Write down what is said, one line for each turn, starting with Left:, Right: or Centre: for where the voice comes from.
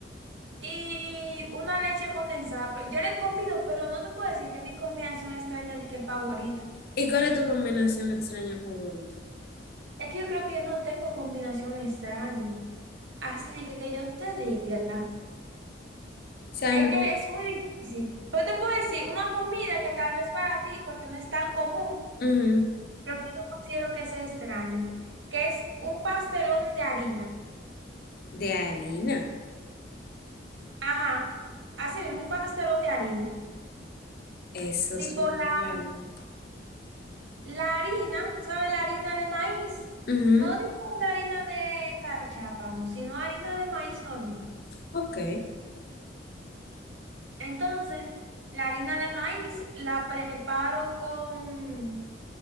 Right: y una leche condensada. Pero Yo la he comido, pero no te puedo decir que es mi combinación extraña de que favorita.
Left: ¿Y cuál es tu combinación extraña favorita? O
Right: Es que yo creo que yo no tengo combinación extraña. Así que, que yo te diga.
Left: sea,
Right: Es
Left: no-
Right: que es muy difícil. Pero te puedo decir una comida que tal vez para ti, porque no es tan común,
Left: ujú,
Right: pero que no considero que sea extraña, que es un pastelón de harina.
Left: De harina.
Right: Ajá, así mismo, un pastelón de harina.
Left: Eso
Right: Tipo
Left: es muy
Right: la,
Left: bueno.
Right: la harina, ¿sabes? La harina de maíz.
Left: Ujú,
Right: No digo la harina de cachapa, no, sino harina de maíz normal.
Left: Ok.
Right: Entonces, la harina de maíz la preparo con